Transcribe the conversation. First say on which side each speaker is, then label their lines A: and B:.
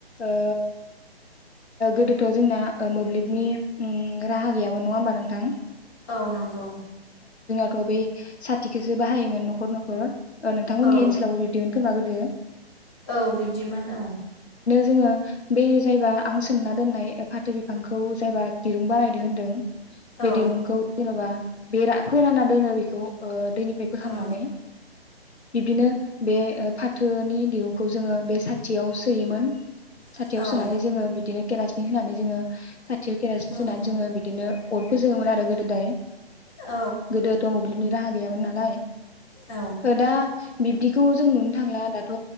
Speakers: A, on the left (about 85°); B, on the left (about 25°).
A: ओ गोदोथ जोंना ओ मोब्लिबनि उम राहा गैयामोन नङा होमबा नोंथां?
B: औ नंगौ
A: थ' बे साथिखौसो बाहायोमोन न'खर न'खर। ओ नोंथांनि
B: औ
A: ओनसोलावबो बिबदिमोन खोमा गोदो। <inaudible>
B: औ बिब्दिमोन औ।
A: जोङो बे जायबा आं सोमना दोननाय फाथो बिफांखौ जायबा दिरुं बानायदों होनदों बे
B: औ
A: दिरुंखौ जेनबा बेरा फोराना दोनो बेखौ ओ दैनिफाय बोखांनानै
B: औ
A: बिब्दिनो बे ओ फा थोनि दिरुंखौ जोङो बे साथियाव सोयोमोन। साथियाव
B: औ औ
A: सोनानै जोङो बिदिनो केरासिन होनानै जोङो साथियाव केरासिन सोनानै
B: औ
A: जोङो बिदिनो अर फोजोङोमोन आरो गोदो दाय
B: औ
A: गोदोथ मोब्लिबनि राहा गैयामोन नालाय
B: औ
A: ओ दा बिब्दिखौ जों नुनो थांला दाथ